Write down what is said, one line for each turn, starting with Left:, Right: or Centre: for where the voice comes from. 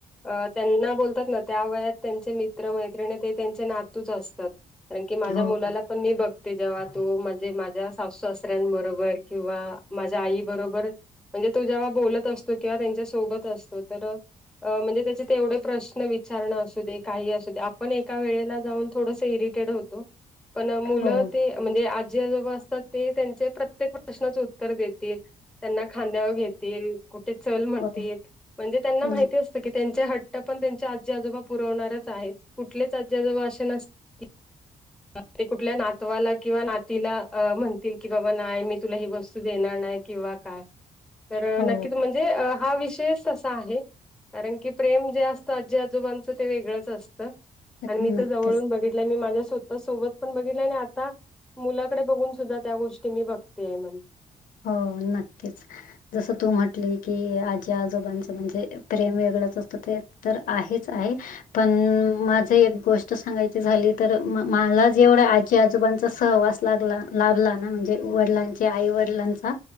Centre: अ त्यांना बोलतात ना त्या वयात त्यांचे मित्र मैत्रिणी ते त्यांचे नातूच असतात. कारण की माझ्या
Left: हो,
Centre: मुलाला पण मी बघते. जेव्हा तो म्हणजे माझ्या सासू सासऱ्यांबरोबर किंवा माझ्या आई बरोबर म्हणजे तो जेव्हा बोलत असतो किंवा त्यांच्या सोबत असतो तर अ म्हणजे त्याचे तेवढे प्रश्न विचारणं असू दे काही असू दे आपण एका वेळेला जाऊन. थोडस इरिटेड होतो पण मुलं
Left: हो,
Centre: ते म्हणजे आजी आजोबा असतात. ते त्यांचे प्रत्येक प्रश्नाचे उत्तर देतील त्यांना खांद्यावर घेतील. कुठे चल म्हणतील.
Left: हो,
Centre: म्हणजे त्यांना
Left: न
Centre: माहिती अस त की त्यांचे हट्ट पण त्यांच्या आजी आजोबा पुरवणारच आहेत. कुठलेच आजी आजोबा असे नस <unintelligible> तात. ते कुठल्या नातवाला किंवा नातीला म्हणतील की बाबा नाही मी तुला ही वस्तू देणार नाही. किंवा काय तर
Left: हो,
Centre: नक्कीच म्हणजे अ हा विषयच तसा आहे. कारण की प्रेम जे असतं आजी आजोबांचं ते वेगळंच असतं. आणि मी
Left: नक्कीच.
Centre: तर जवळून बघितलं मी माझ्या सु सोबत पण बघितलेय आणि आता मुलाकडे बघून सुद्धा त्या गोष्टी मी बघतेय म्हण.
Left: हो, नक्कीच जस तू म्हटली की आजी आजोबांच म्हणजे प्रेम वेगळंच असतं ते तर आहेच आहे. पण माझ एक गोष्ट सांगायची झाली. तर मला एवढ्या आजी आजोबांचा सहवास लागला. लाभला ना म्हणजे वडिलांचे आई वडिलांचा